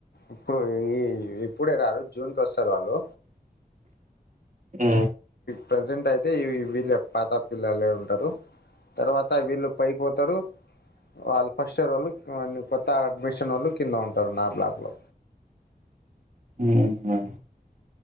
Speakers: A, on the left; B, on the right.
A: ఇప్పుడు ఈ ఇప్పుడే రారు జూన్కి వస్తారు వాళ్ళు
B: అ
A: ప్రజెంట్ అయితే ఈ వీళ్ళ పాత పిల్లలే ఉంటారు తర్వాత వీళ్ళు పైకి పోతారు అల్ఫస్టర్ వాళ్ళు కొ అండి కొత్త అడ్మిషన్ వోళ్ళు కింద ఉంటారు నా బ్లాక్ లో
B: హు మ్మ్